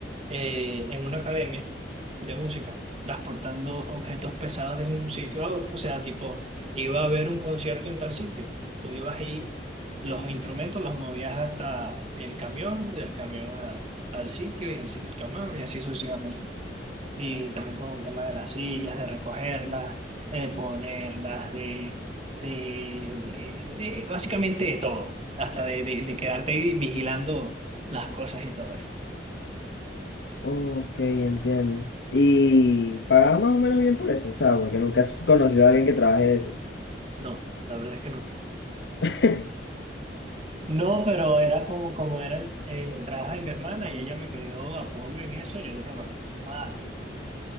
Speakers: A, on the right; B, on the left.
A: eh, en una academia de música, transportando objetos pesados de un sitio a otro. O sea, tipo, iba a haber un concierto en tal sitio. Tú ibas ahí, los instrumentos los movías hasta el camión, del camión a- al sitio y del sitio al camión y así sucesivamente. Y también con el tema de las sillas, de recogerlas, de ponerlas, de, de- de- de- básicamente de todo, hasta de, de de quedarte ahí vigilando las cosas y todo eso.
B: Ok, entiendo. Y pagas más o menos bien por eso, o sea, porque nunca has conocido a alguien que trabaje de eso.
A: No, la verdad es que no.
B: <laughs>
A: No, pero era como, como era el, el trabajo de mi hermana y ella me pidió apoyo en eso y yo dije, bueno, vamos a darle.